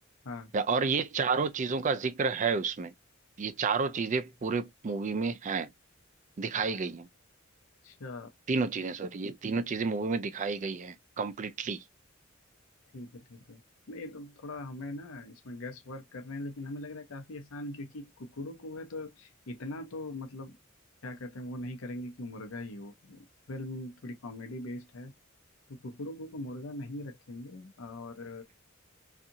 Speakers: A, on the left (about 85°); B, on the right (about 35°).
A: हाँ
B: या और ये चारों चीजों का जिक्र है उसमें ये चारों चीजें पूरे मूवी में हैं दिखाई गई हैं
A: अच्छा
B: तीनों चीजें सॉरी ये तीनों चीजें मूवी में दिखाई गई हैं कंप्लीटली
A: ठीक है ठीक है नहीं ये तो थोड़ा हमें ना इसमें गैस वर्क कर रहे हैं लेकिन हमें लग रहा है काफी आसान है, क्योंकि कुकड़ू को है तो इतना तो मतलब क्या कहते हैं वो नहीं करेंगे कि मुर्गा ही हो फिल्म थोड़ी कॉमेडी बेस्ड है तो कुकड़ू को तो मुर्गा नहीं रखेंगे और